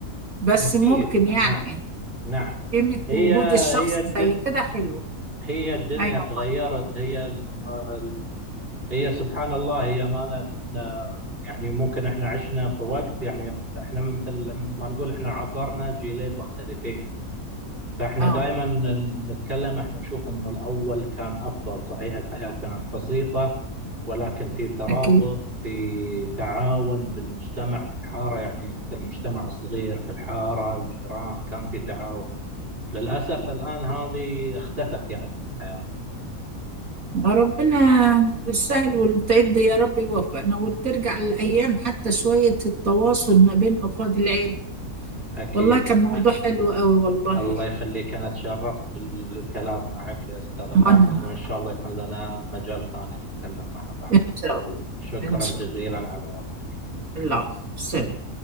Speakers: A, on the right; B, on the right.
A: بس
B: أكيد
A: ممكن يعني
B: نعم نعم
A: قيمة
B: هي
A: وجود الشخص
B: هي الدن
A: زي كده حلوة
B: هي الدنيا
A: أيوه
B: تغيرت هي ال- ال- هي سبحان الله هي ما أنا- احنا يعني ممكن احنا عشنا في وقت يعني احنا مثل ما نقول احنا عاصرنا جيلين مختلفين فاحنا
A: أه
B: دائما نتكلم احنا نشوف انه الاول كان افضل صحيح الحياة كانت بسيطة ولكن في ترابط
A: أكيد
B: في تعاون بالمجتمع في الحارة يعني كالمجتمع الصغير في الحارة الجيران كان في تعاون للأسف الآن هذه اختفت يعني من حياتي
A: ربنا يسهل والتعد يا رب يوفقنا وترجع الأيام حتى شوية التواصل ما بين أفراد العيلة
B: أكيد
A: والله كان موضوع حلو قوي والله
B: الله يخليك أنا تشرفت بالكلام معك يا أستاذة
A: وأنا
B: فاطمة وإن شاء الله يكون لنا مجال ثاني نتكلم مع بعض
A: إن شاء الله
B: شكرا
A: إن شاء
B: جزيلا
A: الله
B: على وقتك
A: العفو سلام